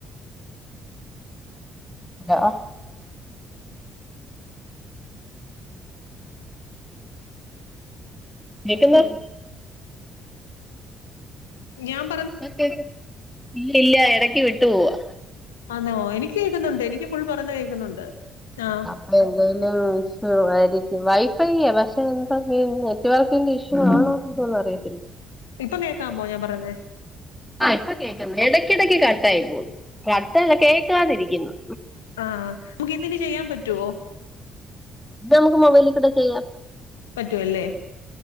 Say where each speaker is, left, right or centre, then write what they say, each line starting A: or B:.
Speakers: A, in the centre; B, on the left.
A: <unintelligible> നിക്ക്ന്ന്
B: ഞാം
A: ഇല്ല ഇല്ല എടക്ക് വിട്ട് പോവാ
B: ആന്നോ എനിക്ക് കേക്കുന്നോണ്ട് എനിക്ക് ഫുൾ പറെന്ന കേക്കുന്നോണ്ട് ആഹ്
A: അപ്പ എന്തെലും ഇഷ്യൂ ആരിക്കും വൈഫൈയ്യാ പക്ഷെ എന്താന്നെ നെറ്റ് വർക്കിന്റെ ഇഷ്യൂ ആണോ എന്തുവാന്നറിയത്തില്ല
B: ഇപ്പം കെക്കാമോ ഞാം പറെന്നേ
A: ആഹ് ഇപ്പ കെക്കാം എടക്കിടക്ക് കട്ട ആയി പോന്ന് കട്ടല്ല കേക്കാതിരിക്ക്ന്ന്
B: ആഹ് നമുക്ക് ഇന്ന് ഇനി ചെയ്യാം പറ്റുവോ
A: ഇപ്പ നമുക്ക് മൊബെലിക്കുട ചെയ്യാം
B: പറ്റുവല്ലേ